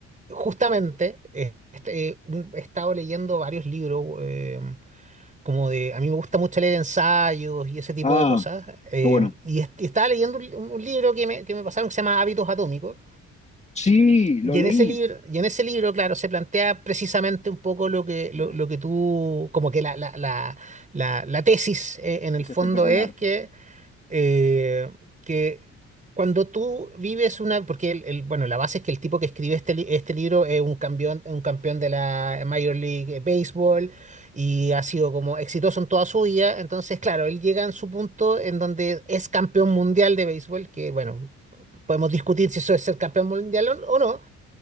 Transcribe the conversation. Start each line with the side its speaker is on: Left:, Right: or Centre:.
Right: justamente eh, este, eh, un- he estado leyendo varios libros, eh, como de, a mí me gusta mucho leer ensayos y ese tipo
Left: Ah,
Right: de cosas, eh,
Left: pero bueno.
Right: y, est- y estaba leyendo un, li- un libro que me, que me pasaron que se llama Hábitos Atómicos,
Left: Sí, lo
Right: y
Left: leí.
Right: en ese libro, y en ese libro, claro, se plantea precisamente un poco lo que, lo,
Left: Eh,
Right: lo que tú, como que la, la, la, la, la tesis, eh, en el
Left: Es
Right: fondo
Left: espectacular.
Right: es que eh, que cuando tú vives una, porque el, el- bueno, la base es que el tipo que escribe este, li- este libro es un campeón, un campeón de la Major League Baseball y ha sido como exitoso en toda su vida, entonces claro, él llega en su punto en donde es campeón mundial de béisbol, que bueno, podemos discutir si eso es ser campeón mundial o o no,